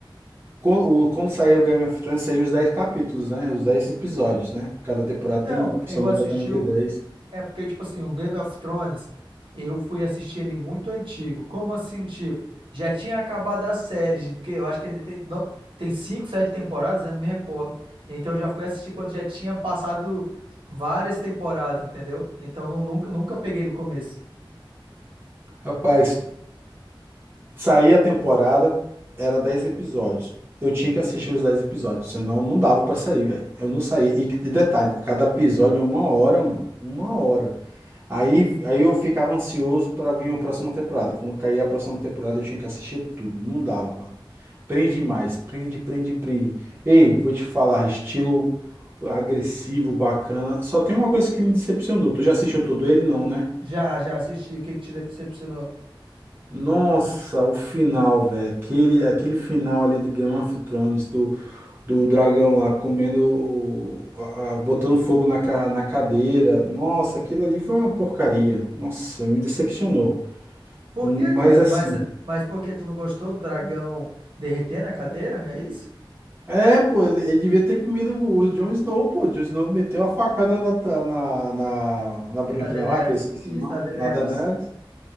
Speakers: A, on the right; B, on the right.
A: Quando, o- quando saiu o Game of Thrones, saiu os 10 capítulos, né? Os 10 episódios, né? Cada temporada
B: Então,
A: tem,
B: eu
A: se eu não
B: assisti.
A: me engano, entre
B: o-
A: dez
B: É porque, tipo assim, o Game of Thrones, eu fui assistir ele muito antigo. Como assim, tio? Já tinha acabado a série, porque eu acho que ele tem, não- tem cinco, sete temporadas, né, eu não me recordo. Então, eu já fui assistir quando já tinha passado várias temporadas, entendeu? Então, não- nunca, nunca peguei do começo.
A: Rapaz. Saía a temporada, era 10 episódios. Eu tinha que assistir os 10 episódios, senão não dava pra sair, velho. Eu não saía. E de detalhe, cada episódio é uma hora, mano. Uma hora. Aí, aí eu ficava ansioso pra vir a próxima temporada. Quando caía a próxima temporada, eu tinha que assistir tudo. Não dava, mano. Prende mais, prende, prende, prende. Ei, vou te falar, estilo agressivo, bacana. Só tem uma coisa que me decepcionou. Tu já assistiu todo ele? Não, né?
B: Já, já assisti. O que que te decepcionou?
A: Nossa, o final, velho. Aquele, aquele final ali de Game of Thrones, do, do dragão lá comendo, o, a- a- botando fogo na, ca- na cadeira. Nossa, aquilo ali foi uma porcaria. Nossa, me decepcionou.
B: Por
A: Mas
B: quê, cara?
A: assim.
B: Mas, mas por que tu não gostou do dragão derretendo a cadeira? É isso?
A: É, pô, ele, ele devia ter comido o o Jon Snow, pô. O Jon Snow meteu a facada na, ta- na, na, na branquinha
B: Na Daenerys.
A: lá, que eu esqueci
B: Isso,
A: o nome,
B: na Daenerys.
A: na Daenerys.